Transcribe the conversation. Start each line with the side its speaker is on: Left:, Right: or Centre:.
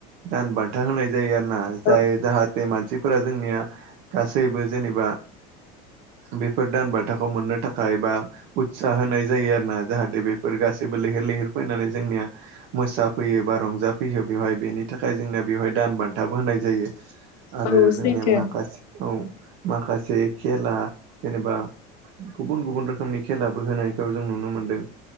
Right: दान बान्था होनाय जायो आरो ना जाय
Left: औ
Right: जाहाथे मानसिफोरा जोंनिया गासैबो जेनेबा बेफोर दान बान्थाखौ मोननो थाखाय बा उत्साह होनाय जायो आरो ना जाहाथे बेफोर गासैबो लैहोर लैहोर फैनानै जोंनिया मोसाफैयो बा रंजाफैयो बेवहाय बेनि थाखाय जोंनिया बेवहाय दान बान्थाबो होनाय जायो आरो
Left: औ
Right: जोंनि
Left: सैथो
Right: माखासे औ माखासे खेला जेनेबा गुबुन गुबुन रोखोमनि खेलाबो होनायखौ जों नुनो मोन्दों